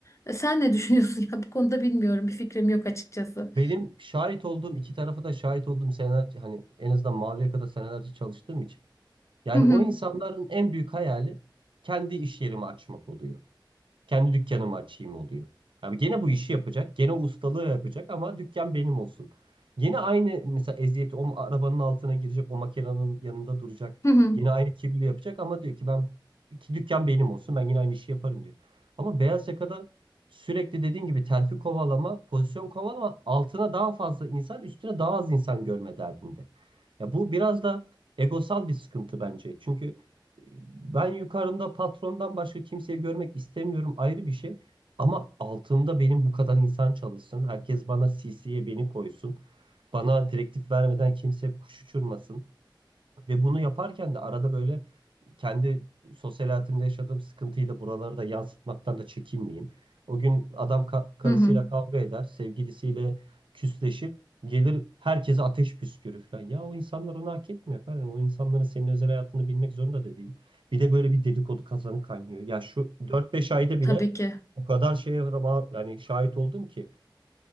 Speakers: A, on the left; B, on the right.
A: E, Sen ne düşünüyorsun <laughs> ya bu konuda bilmiyorum. Bir fikrim yok açıkçası.
B: Benim şahit olduğum iki tarafı da şahit olduğum seneler hani en azından mavi yakada senelerce çalıştığım için. Yani
A: Hı hı.
B: o insanların en büyük hayali kendi iş yerimi açmak oluyor. Kendi dükkanımı açayım oluyor. Abi gene bu işi yapacak. Gene ustalığı yapacak ama dükkan benim olsun. Gene aynı mesela eziyeti o arabanın altına girecek. O makinenin yanında duracak.
A: Hı hı.
B: Yine aynı kirliliği yapacak ama diyor ki ben ki dükkan benim olsun. Ben yine aynı işi yaparım diyor. Ama beyaz yakada sürekli dediğin gibi terfi kovalama, pozisyon kovalama altına daha fazla insan, üstüne daha az insan görme derdinde. Ya bu biraz da egosal bir sıkıntı bence. Çünkü ben yukarımda patrondan başka kimseyi görmek istemiyorum ayrı bir şey. Ama altımda benim bu kadar insan çalışsın. Herkes bana CC'ye beni koysun. Bana direktif vermeden kimse kuş uçurmasın. Ve bunu yaparken de arada böyle kendi sosyal hayatımda yaşadığım sıkıntıyı da buralara da yansıtmaktan da çekinmeyeyim. O gün adam ka- karısıyla
A: Hı hı.
B: kavga eder, sevgilisiyle küsleşir, gelir herkese ateş püskürür falan. Ya o insanlar onu hak etmiyor efendim. O insanların senin özel hayatını bilmek zorunda da değil. Bir de böyle bir dedikodu kazanı kaynıyor. Ya şu dört beş ayda bile
A: Tabii ki.
B: o kadar şeye rama- yani şahit oldum ki.